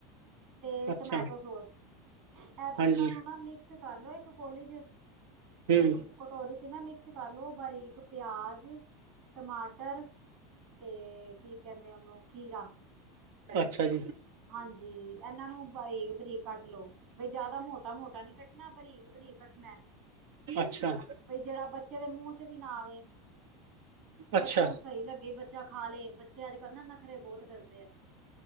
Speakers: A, on the right; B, on the right.
A: ਤੇ
B: ਅੱਛਾ
A: ਟਮੈਟੋ ਸੋਸ ਇਹ ਤਿੰਨਾਂ
B: ਹਾਂਜੀ
A: ਨੂੰ ਨਾ ਮਿਕਸ ਕਰਲੋ ਇੱਕ ਕੋਲੀ ਚ
B: ਹੂੰ
A: ਇੱਕ ਕਟੋਰੀ ਚ ਨਾ ਮਿਕਸ ਕਰਲੋ ਬਾਰੀਕ ਪਿਆਜ ਟਮਾਟਰ ਤੇ ਕੀ ਕਹਿੰਦੇ ਉਹਨੂੰ ਖੀਰਾ
B: ਅੱਛਾ ਜੀ।
A: ਹਾਂਜੀ ਇਹਨਾਂ ਨੂੰ ਬਾਰੀਕ, ਬਰੀਕ ਕੱਟ ਲੋ ਬਈ ਜ਼ਿਆਦਾ ਮੋਟਾ, ਮੋਟਾ ਨੀ ਕੱਟਣਾ ਬਰੀਕ, ਬਰੀਕ ਕੱਟਣਾ।
B: ਅੱਛਾ
A: ਬਈ ਜਿਹੜਾ ਬੱਚੇ ਦੇ ਮੂੰਹ ਚ ਵੀ ਨਾ ਆਵੇ
B: ਅੱਛਾ
A: ਬੱਚੇ ਨੂੰ ਸਹੀ ਲੱਗੇ। ਬੱਚੇ ਖਾ ਲਏ ਬੱਚੇ ਅੱਜ ਕੱਲ੍ਹ ਨਾ ਨਖਰੇ ਬਹੁਤ ਕਰਦੇ ਆ।